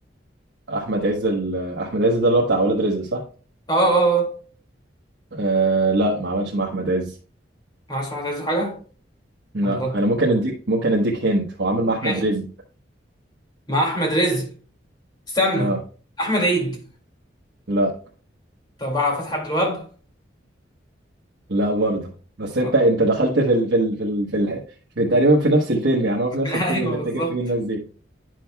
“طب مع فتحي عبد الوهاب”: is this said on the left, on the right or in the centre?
Left